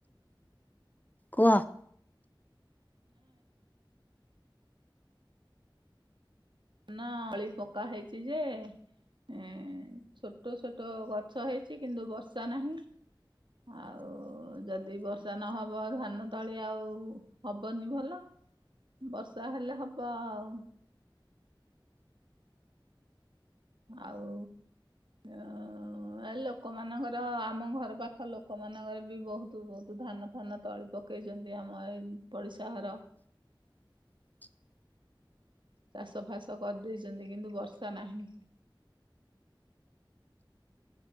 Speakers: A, on the left; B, on the right.
A: କୁହ ।
B: ନା ଅଳି ପକା ହେଇଚ ଯେ ଏ ଛୋଟ ଛୋଟ ଗଛ ହେଇଛି କିନ୍ତୁ ବର୍ଷା ନାହିଁ। ଆଉ ଯଦି ବର୍ଷା ନହବ ଧାନ ତଳି ଆଉ ହବନି ଭଲ। ବର୍ଷା ହେଲେ ହବ ଆଉ ଆଉ। ଅ ଆ ଲୋକମାନଙ୍କର ଆମ ଘର ପାଖ ଲୋକମାନଙ୍କର ବି ବହୁତ ବହୁତ ଧାନ ଫାନ ତଳି ପକେଇଛନ୍ତି ଆମ ଏଇ ପଡିଶା ଘର।
A: <inaudible>
B: ଚାଷ ଫାସ କରିଦେଇଛନ୍ତି କିନ୍ତୁ ବର୍ଷା ନାହିଁ।